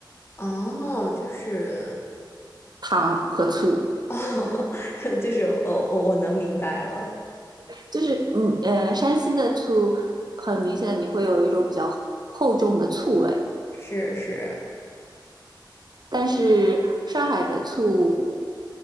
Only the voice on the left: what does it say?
哦，就是
哦，<laughs> 就是我我我能明白了，
是是，